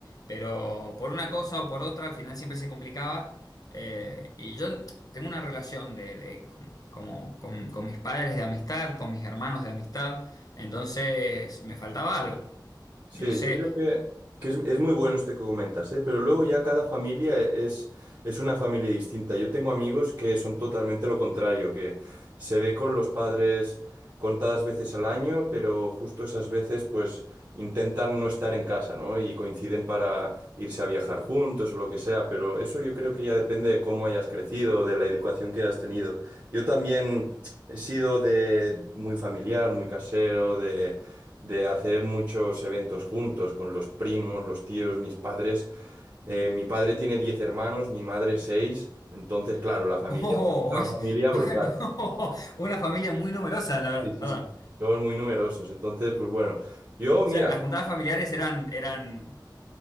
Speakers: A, on the left (about 55°); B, on the right (about 60°).
A: Pero por una cosa o por otra, al final siempre se complicaba. eh, y yo tengo una relación de, de- con, como- con- con mis padres de amistad, con mis hermanos de amistad. Entonces me faltaba algo.
B: Sí,
A: No sé.
B: yo creo que,
A: <laughs>
B: que es, es muy bueno esto que comentas, ¿eh? Pero luego ya cada familia e, es, es una familia distinta. Yo tengo amigos que son totalmente lo contrario, que se ve con los padres contadas veces al año, pero justo esas veces pues intentan no estar en casa, ¿no? Y coinciden para irse a viajar juntos o lo que sea, pero eso yo creo que ya depende de cómo hayas crecido, de la educación que hayas tenido. Yo también he sido de muy familiar, muy casero, de de hacer muchos eventos juntos con los primos, los tíos, mis padres. Eh, mi padre tiene 10 hermanos, mi madre seis entonces, claro, la familia
A: Oh,
B: es una
A: o es
B: familia brutal.
A: <laughs> una familia muy numerosa, la
B: Sí, sí,
A: verdad.
B: sí. Somos muy numerosos, entonces, pues bueno, yo,
A: O
B: mira,
A: sea, las juntadas familiares eran, eran